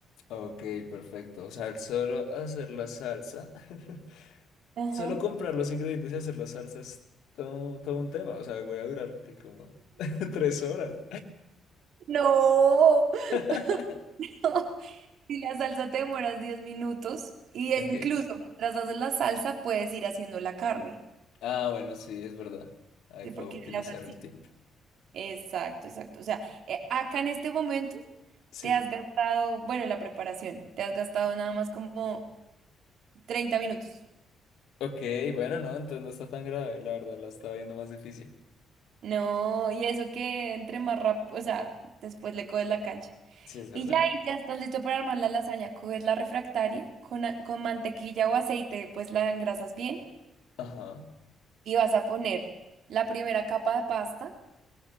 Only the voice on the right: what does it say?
Ajá.
No.
<laughs> Si la salsa te demoras 10 minutos y e
incluso mientras haces la salsa puedes ir haciendo la carne,
¿sí?
Porque
la salsita.
Exacto, exacto. O sea, eh, acá en este momento
te has gastado, bueno, en la preparación, te has gastado nada más como 30 minutos.
No, y eso que entre más rápido, o sea, después le coges la cancha.
Y ya, y ya estás listo para armar la lasaña. Coges la refractaria con, a- con mantequilla o aceite, pues la engrasas bien
y vas a poner la primera capa de pasta